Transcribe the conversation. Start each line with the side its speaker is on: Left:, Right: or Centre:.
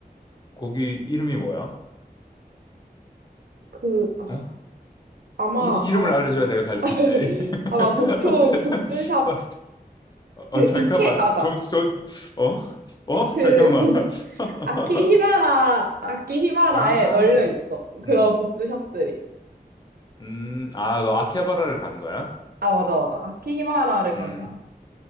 Left: 거기 이름이 뭐야?
Right: 그, 아,
Left: 어?
Right: 아마,
Left: 이, 이-
Right: 아마,
Left: 름을 알려줘야 내가 갈
Right: 아,
Left: 수
Right: <laughs>
Left: 있지. <laughs>
Right: 아마 도쿄 굿즈샵,
Left: 어,
Right: 그,
Left: 어, 잠깐만.
Right: 이케, 아자.
Left: 좀, 좀, 어? 어?
Right: 그,
Left: 잠깐만.
Right: <laughs>
Left: <laughs>
Right: 아키히바라, 아키히바라에
Left: 아,
Right: 널려 있어. 그런
Left: 음.
Right: 굿즈샵들이.
Left: 음, 아, 너 아키하바라를 가는 거야?
Right: 아, 맞아, 맞아. 아키히바라를 간
Left: 음.
Right: 거야.